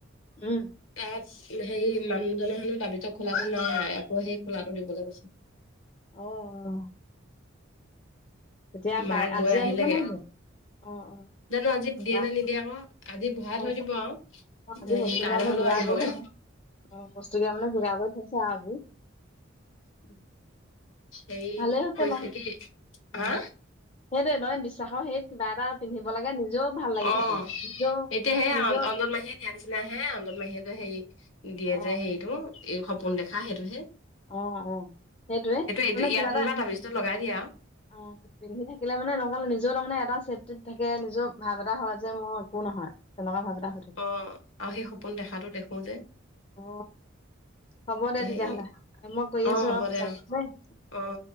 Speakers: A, on the left; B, on the left.
A: উম
B: তাত হেৰি মানুহজনে মানে তাবিজৰ খোলাটো নাই আকৌ সেই খোলাটো দিবলৈ গৈছে।
A: অ', অ'। তেতিয়া কাই
B: মা গৈ
A: আজি
B: আহিলেগে
A: আনিব নে কি? অ', অ'।
B: জানো আজি দিয়ে
A: নাই,
B: নে নিদিয়ে আকৌ, আজি ভৰাই
A: অ
B: থৈ দিব আৰু।
A: অ', আজি
B: হেৰি
A: বস্তু
B: কাইলৈ
A: কিটা মই
B: হলেও
A: যোগাৰ
B: আনিবগে
A: কৰি থৈছোঁ। বস্তু কেইটা মানে যোগাৰ কৰি থৈছে আৰু আজি।
B: হেৰী
A: ভালেই হৈছে বাৰু
B: ক কি
A: উম।
B: হা?
A: সেইটোৱে তাৰমানে বিশ্বাসৰ হেৰিত কিবা এটা পিন্ধিব লাগে নিজেও ভাল লাগি
B: অ',
A: থাকে নিজেও
B: এতিয়াহে
A: নিজৰ
B: অঞ্জন মাহীয়ে দিয়া নিচিনা হে, অঞ্জন মাহীয়ে যে সেই দিয়ে
A: অ
B: যে, হেৰিটো এই সপোন দেখা সেইটো হে।
A: অ', অ', সেইটয়ে
B: এইটো
A: মানে
B: ইয়াত
A: কিবা এটা
B: যেনিবা তাবিজটো লগাই দিয়ে আৰু
A: অ'। পিন্ধি থাকিলে মানে নহ'লে নিজেও তাৰ মানে এটা চেফটিত থাকে নিজৰ ভাৱ এটা হয়, যে মোৰ একো নহয়। তেনেকুৱা ভাব এটা হৈ থাকে।
B: অ', আৰু হেই সপোন দেখাতো দেখো যে।
A: অ হ'ব দে
B: সেই
A: তেতিয়াহ'লে মই কৰি
B: অ
A: আছো
B: হ'ব
A: অলপ পিছত
B: দে অ
A: দেই।
B: অ